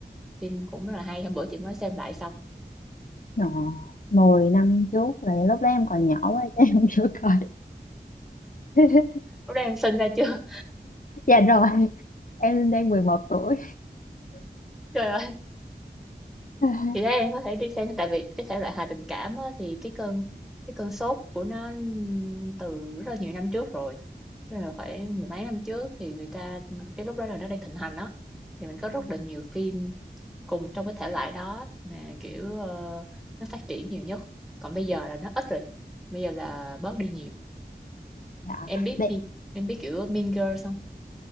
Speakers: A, in the centre; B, on the left (about 50°).
A: phim cũng rất là hay hôm bữa chị mới xem lại xong
B: ờ, 10 năm trước là lúc đó em còn nhỏ quá <laughs> chứ em chưa coi. <laughs>
A: lúc đó em sinh ra chưa
B: Dạ rồi, em đang 11 tuổi.
A: trời ơi
B: <laughs>
A: thì thế em có thể đi xem tại vì cái thể loại hài tình cảm á, thì cái cơn cái cơn sốt của nó từ rất là nhiều năm trước rồi tức là phải mười mấy năm trước thì người ta cái lúc đó là nó đang thịnh hành á thì mình có
B: Ừ.
A: rất là nhiều phim cùng trong cái thể loại đó mà kiểu ờ, nó phát triển nhiều nhất còn bây giờ là nó ít rồi bây giờ là bớt đi nhiều
B: Dạ,
A: em biết
B: Be-
A: Mean- em biết kiểu Mean Girls không